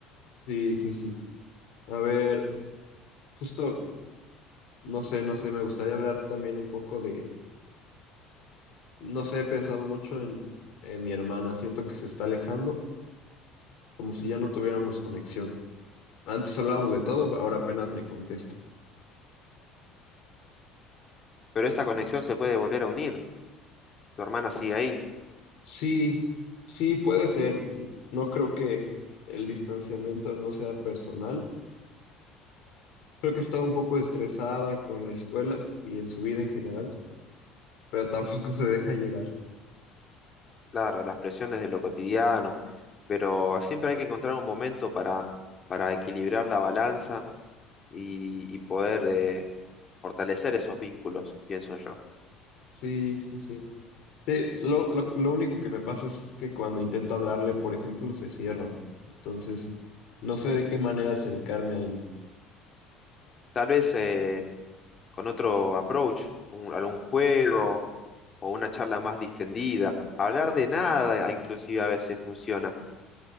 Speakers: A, on the left (about 60°); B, on the left (about 35°).
A: Sí, sí, sí. A ver, justo, no sé, no sé, me gustaría hablar también un poco de No sé, he pensado mucho en, en mi hermana. Siento que se está alejando, como si ya no tuviéramos conexión. Antes hablábamos de todo, ahora apenas me contesta.
B: Pero esa conexión se puede volver a unir. Tu hermana sigue ahí,
A: Sí, sí, puede ser. No creo que el distanciamiento no sea personal. Creo que estaba un poco estresada con la escuela y en su vida en general, pero tampoco <laughs> se deja ayudar.
B: claro, las presiones de lo cotidiano, pero siempre hay que encontrar un momento para, para equilibrar la balanza y, y poder eh, fortalecer esos vínculos, pienso yo.
A: Sí, sí, sí. Sí, lo, lo, lo único que me pasa es que cuando intento hablarle, por ejemplo, se cierra. Entonces, no sé de qué manera acercarme a ella.
B: Tal vez eh, con otro approach, un- algún juego o una charla más distendida. Hablar de nada, ah, inclusive a veces funciona.